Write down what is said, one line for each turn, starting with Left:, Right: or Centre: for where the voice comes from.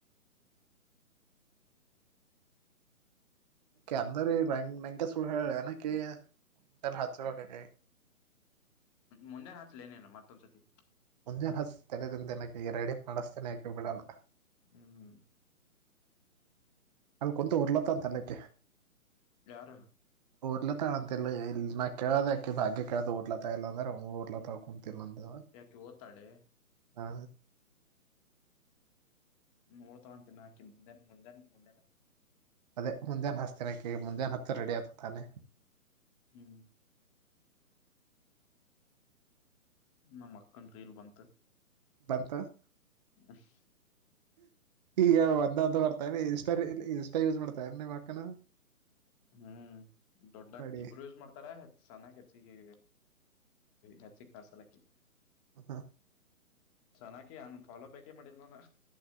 Right: ಅಕ ಅಂದ್ರ ನಂಗ ನಂಗೆ ಸುಳ್ಳು ಹೇಳಿ ಅಏನಕ ಜನ ಹಚ್ಬೇಕ
Left: ಮುಂದೆ ಹಾಚ್ಲೇನೆೇನು ಮತ್ತೊಂದು್ಸತಿ
Right: ಮುಂಜಿನ ಹಸು ತಲೆದಿಂದ ೆನಕ ಈ ರೆಡಿ ಮಾಡಿಸ್ತೇನ ಯಾಕು ಬಿಡೋಲ್ಲ
Left: ಹ್ಮ್ ಹ್ಮ್
Right: ಅಲ್ಲಿ ಕೊಂತ ಉರ್ಲತ ತಲೆಕ್ಕೆ
Left: ಯಾರು
Right: ಊರ್ಲ ತಳಂತ ಇ ಕೇಳಿ ಭಾಗ್ಯ ಕೇಳ ಊರ್ಲ ತ ಇಲ್ಲ ಅಂದ ಊರ್ಲ ತಾ ತಿಲಂದ
Left: ಯಾಕೆ ಓದ್ತಾಳೆ
Right: ಹಾ
Left: ನೋಡ್ತವಂತ ತಿನ್ ಹಾಕಿ ಮುಂದೆ ಮುಂದೆ ಮುಂದೆನ
Right: ಅದೇ ಮುಂದಾನನ್ ಹಸ್ತಿನ ಕೇಳಿ ಮುಂದೇಾನ ಹತ್ತು ರೆಡಿ ಆಯತ ತಾನೆ
Left: ಹ್ಮ್ ನಮ್ಮ್ ಅಕ್ಕನ್ ರೀಲ್ ಬಂತ
Right: ಬಂತ
Left: ಹ್ಮು
Right: ಈಗ ಒಂದಂತ ಬರ್ತಾ ಇನ್ಸ್ಟ ಇನ್ಸ್ಟ ಯೂಸ್ ಮಾಡ್ತಾ ನಿಮ್ಮ ಅಕ್ಕನ
Left: ಹ್ಮ್ ದೊಡ್ಡಾಗಿ
Right: ಬಡಿ
Left: ಇಬ್ರು ಯೂಸ್ ಮಾಡ್ತಾರತ್ ಚೆನ್ನಾಗಿ ಹೆಚ್ಚಿಗೆ ಹೆಚ್ಚಿ ಕಾಸಲಕ್ಕಿ
Right: ಹ್ಮ
Left: ಚೆನ್ನಾಗಿ ಅನ್ ಫಾಲೋ ಬ್ಯಾಕೇ ಮಾಡಲ್ಾನ